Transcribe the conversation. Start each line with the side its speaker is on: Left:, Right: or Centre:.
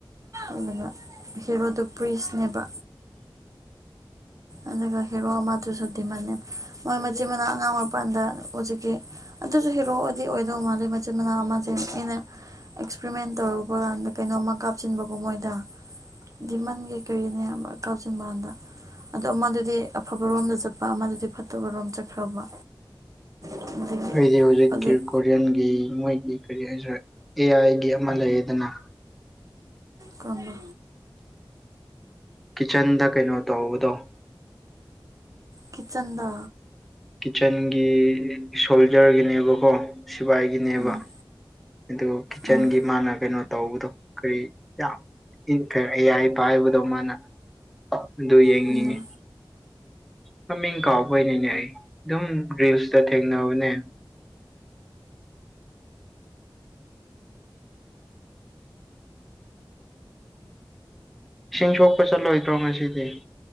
Right: ꯑꯗꯨꯒ ꯍꯦꯔꯣꯗ ꯄ꯭ꯔꯤꯁꯅꯦꯕ ꯑꯗꯨ ꯍꯦꯔꯣ ꯑꯃꯗꯨꯁꯨꯃ ꯃꯣꯏ ꯃꯆꯤꯟ ꯃꯅꯥꯎ ꯑꯉꯥꯡ ꯑꯣꯏꯔꯤꯔꯀꯥꯟꯗ ꯍꯧꯖꯤꯛꯀꯤ ꯑꯗꯨꯁꯨ ꯍꯦ ꯄꯣꯛꯑꯗꯤ ꯑꯣꯏꯗꯧ ꯃꯥꯜꯂꯦ ꯃꯆꯤꯟ ꯃꯅꯥꯎ ꯑꯃꯁꯦ ꯑꯩꯅ ꯑꯦꯛꯁꯄ꯭ꯔꯤꯃꯦꯟ ꯇꯧꯔꯨꯕ ꯀꯥꯟꯗ ꯀꯩꯅꯣꯝꯃ ꯀꯥꯞꯁꯤꯟꯕꯒꯣ ꯃꯣꯏꯗ ꯗꯤꯃꯟꯒꯤ ꯀꯔꯤꯅꯦ ꯀꯥꯆꯤꯟ ꯃꯥꯟꯗ ꯑꯗꯣ ꯑꯃꯗꯨꯗꯤ ꯑꯐꯕꯔꯣꯝꯗ ꯆꯠꯄ ꯑꯃꯗꯨꯗꯤ ꯐꯠꯇꯕꯔꯣꯝ ꯆꯠꯈ꯭ꯔꯕ ꯑꯗꯒꯤ
Centre: ꯑꯩꯗꯤ ꯍꯧꯖꯤꯛꯀꯤ
Right: ꯍꯧꯖꯤꯛ
Centre: ꯀꯣꯔꯤꯌꯟꯒꯤ ꯃꯣꯏꯒꯤ ꯀꯔꯤ ꯍꯥꯏꯁꯔꯦ ꯑꯦ ꯑꯥꯏꯒꯤ ꯂ ꯌꯦꯗꯅ
Right: ꯀꯝꯝꯕ
Centre: ꯀꯤꯠꯆꯟꯗ ꯀꯩꯅꯣ ꯇꯧꯧꯕꯗꯣ
Right: ꯀꯤꯆꯟꯗ
Centre: ꯀꯤꯠꯆꯟꯒꯤ ꯁꯣꯜꯖꯔꯒꯤꯅꯦꯕꯀꯣ ꯁꯤꯕꯥꯏꯒꯤꯅꯦꯕ
Right: ꯎꯝ
Centre: ꯑ ꯀꯤꯠꯆꯟꯒꯤ
Right: ꯎꯝ
Centre: ꯃꯥꯅ ꯀꯩꯅꯣ ꯇꯧꯕꯗꯣ ꯀꯔꯤ ꯌꯥꯝ ꯑꯩꯌꯥꯄꯥ ꯍꯥꯏꯕꯗꯣ ꯃꯥꯅ ꯑꯗꯨ ꯌꯦꯡꯅꯤꯡꯏꯤ
Right: ꯈꯪꯗꯦ
Centre: ꯃꯃꯤꯡ ꯀꯥꯎꯕꯅꯤꯅꯦ ꯑꯩ ꯑꯗꯨꯝ ꯒ꯭ꯔꯤꯜꯁꯇ ꯊꯦꯡꯅꯕꯅꯦ ꯏꯁꯤꯡ ꯁꯣꯛꯄ ꯆꯠꯂꯣꯏꯗ꯭ꯔꯣ ꯉꯁꯤꯗꯤ